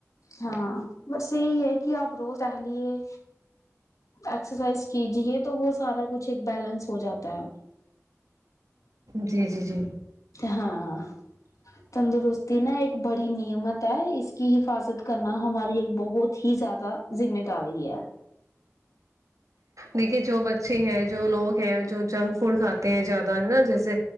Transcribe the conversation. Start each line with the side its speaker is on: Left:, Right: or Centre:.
Left: ہاں بسس یہی ہے کہ آپ روز ٹہلیے ایکسرسائز کیجیے تو وہ سارا کچھ ایک بیلنس ہو جاتا ہے
Right: جی جی جی
Left: ہاں تندرستی نا ایک بڑی نعمت ہے اس کی حفاظت کرنا ہماری ایک بہت ہی زیادہ ذمہ داری ہے
Right: دیکھیے جو بچے ہیں جو لوگ ہیں جو جنگ فوڈ کھاتے ہیں زیادہ ہے نا جیسے